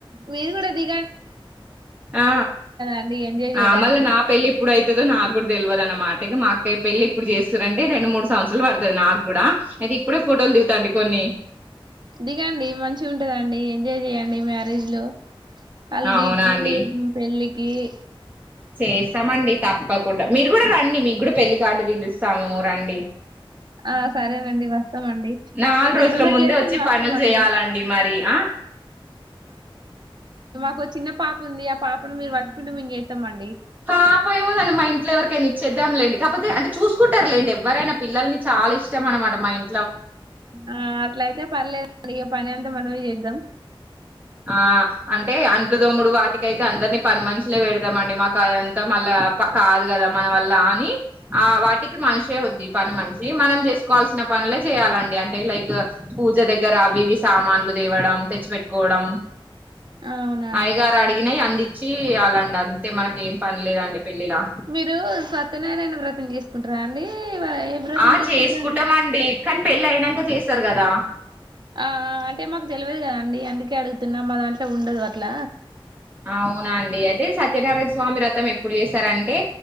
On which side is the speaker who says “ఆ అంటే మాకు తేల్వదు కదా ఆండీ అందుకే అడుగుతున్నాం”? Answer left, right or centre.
Right